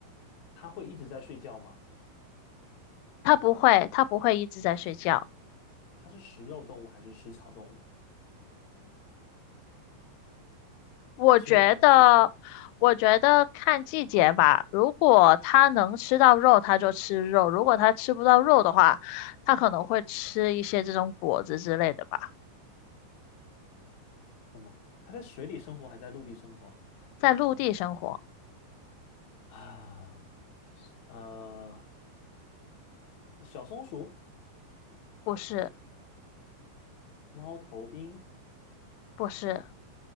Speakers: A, on the left (about 50°); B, on the left (about 85°).
A: 它会一直在睡觉吗？
B: 它不会它不会一直在睡觉。
A: 它是食肉动物还是食草动物？
B: 我觉得，
A: 吃肉还是吃草？
B: 我觉得看季节吧。如果它能吃到肉，它就吃肉；如果它吃不到肉的话，它可能会吃一些这种果子之类的吧。
A: 天哪，它在水里生活还在陆地生活
B: 在陆地生活，
A: 啊？呃，小松鼠、
B: 不是，
A: 猫头鹰，
B: 不是。